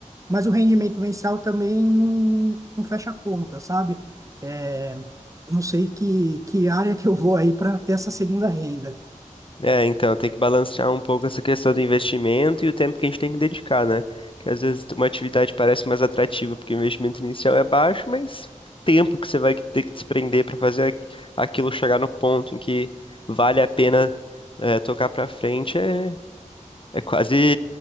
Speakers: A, on the right (about 25°); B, on the left (about 40°).
A: mas o rendimento mensal também não, não fecha a conta, sabe? É, não sei que, que área que eu vou aí para ter essa segunda renda.
B: É, então tem que balancear um pouco essa questão do investimento e o tempo que a gente tem que dedicar, né? Que às vezes uma atividade parece mais atrativa porque o investimento inicial é baixo, mas o tempo que você vai ter que desprender para fazer aqu- aquilo chegar no ponto em que vale a pena é, tocar para frente é, é quase